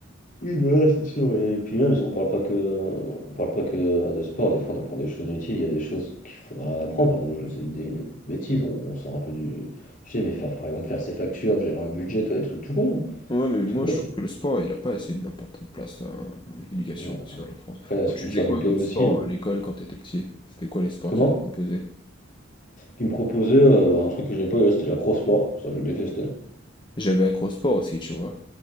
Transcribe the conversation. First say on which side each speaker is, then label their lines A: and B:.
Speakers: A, on the left (about 40°); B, on the left (about 25°).
A: oui, voilà, c'est sûr. Et puis même, si on parle pas que, on parle pas que de sport, des fois on apprend des choses utiles, il y a des choses qu'il faudra apprendre. Par exemple, je sais des bêtises, on, on sort un peu du, tu sais, mais faire, par exemple, faire ses factures, gérer un budget, toi, des trucs tout con, hein,
B: Ouais, mais moi,
A: tout bête.
B: je trouve
A: mais-
B: que le sport, il a pas assez d'importante place dans dans l'éducation
A: non.
B: nationale en France.
A: Après, la
B: Toi,
A: sculpture
B: tu faisais quoi
A: du pays
B: comme
A: aussi,
B: sport
A: hein.
B: à l'école quand t'étais petit? C'était quoi les sports
A: Comment?
B: qui étaient proposés?
A: Qui me proposait euh, un truc que je n'ai pas, là, c'était l'acro-sport, ça je détestais.
B: J'avais accro au sport aussi, tu vois.